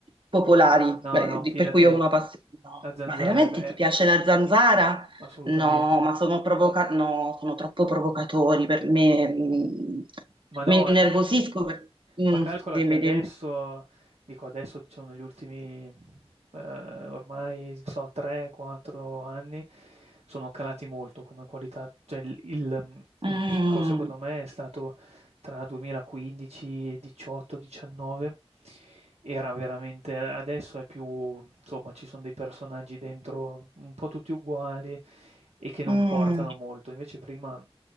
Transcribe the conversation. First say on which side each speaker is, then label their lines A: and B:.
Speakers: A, on the right (about 50°); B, on the right (about 85°).
A: popolari,
B: No,
A: beh,
B: no,
A: di-
B: fidati.
A: per cui ho una passione. No,
B: La zanzara
A: ma veramente
B: è ve è
A: ti piace la zanzara?
B: assolutamente.
A: No, ma sono provoca- no, sono troppo provocatori per me. mm,
B: Ma no,
A: Mi
B: è
A: innervosisco
B: ca
A: per... Mm,
B: ma calcola
A: dimmi,
B: che adesso
A: dimmi.
B: dico adesso, diciamo negli ultimi, ehm, ormai non so 3, 4 anni, sono calati molto come qualità. Cioè il il mhmm,
A: Mm,
B: il picco secondo me è stato tra 2015, 18, 19 era veramente adesso è più insomma, ci sono dei personaggi dentro un po' tutti uguali e che non
A: mm,
B: portano molto. Invece prima